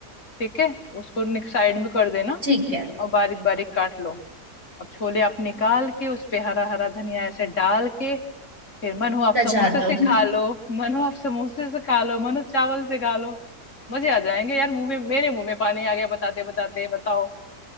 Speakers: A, on the left (about 55°); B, on the right (about 40°).
A: ठीक है उसको साइड में कर देना
B: ठीक है
A: और बारीक बारीक काट लो अब छोले आप निकाल के उस पे हरा हरा धनिया ऐसे डाल के फिर मन हो आप
B: सजा
A: समोसे
B: दो
A: से खा लो मन हो आप समोसे से खा लो मन हो चावल से खा लो मजे आ जाएंगे यार मुंह में मेरे मुंह में पानी आ गया बताते बताते बताओ